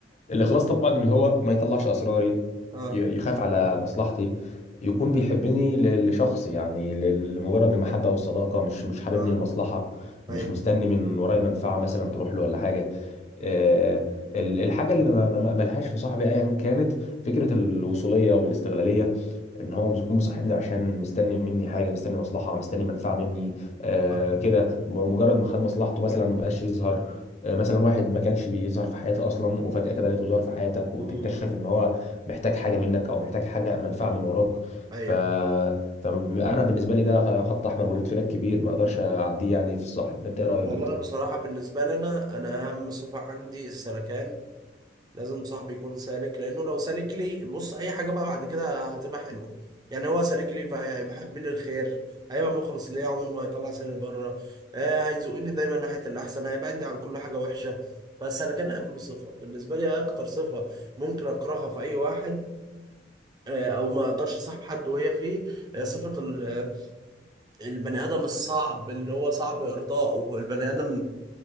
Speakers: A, on the left; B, on the right.
A: الاخلاص طبعا اللي هو ما يطلعش اسراري
B: اه
A: ي- يخاف على مصلحتي يكون بيحبني ل- لشخص يعني ل- لمجرد المحبة والصداقة مش مش حاببني
B: اه
A: المصلحة مش
B: ايوه
A: مستني من ورايا منفعة مثلا تروح له ولا حاجة آه، ال- الحاجة اللي ما ما- ما اقبلهاش في صاحبي ايا كانت فكرة الوصولية والاستغلالية ان هو مش يكون مصاحبني عشان مستني مني حاجه مستني مصلحه مستني منفعه مني آه
B: اه.
A: كده مجرد ما خد مصلحته مثلا ما بقاش يظهر آه مثلا واحد ما كانش بيظهر في حياتي اصلا وفجاه كده لقيته ظهر في حياتك وتكتشف
B: مم.
A: ان هو محتاج حاجه منك او محتاج حاجه منفعه من وراك
B: ايوه
A: ف فانا بالنسبه لي ده خط احمر وريد فلاج كبير ما اقدرش اعديه يعني في الصاحب انت ايه رايك
B: والله
A: انت
B: بصراحة بالنسبة لنا أنا أهم صفة عندي السلكان لازم صاحبي يكون سالك لأنه لو سالك لي بص أي حاجة بقى بعد كده هتبقى حلوة يعني هو سالك لي فهيحب لي الخير هيبقى مخلص ليا عمره ما هيطلع سالي بره آه هيزقني دايما ناحية الأحسن هيبعدني عن كل حاجة وحشة فالسلكان أهم صفة بالنسبة لي أكتر صفة ممكن أكرهها في أي واحد آه، او ما اقدرش اصاحب حد وهي فيه آه، صفة ال- البني ادم الصعب اللي هو صعب ارضائه البني ادم